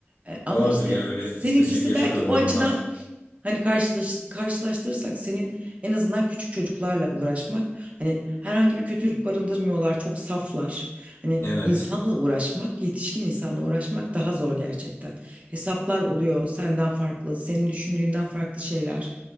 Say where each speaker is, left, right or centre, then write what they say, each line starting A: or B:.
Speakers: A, on the right; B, on the left.
A: E, ama
B: Vardır
A: işte
B: ya öyle
A: seninkisi
B: spesifik yaşadığın
A: belki o
B: durumlar.
A: açıdan Hani karşılaş, karşılaştırırsak senin en azından küçük çocuklarla uğraşmak hani herhangi bir kötülük barındırmıyorlar çok saflar. Hani
B: Evet.
A: insanla uğraşmak yetişkin insanla uğraşmak daha zor gerçekten. Hesaplar oluyor senden farklı senin düşündüğünden farklı şeyler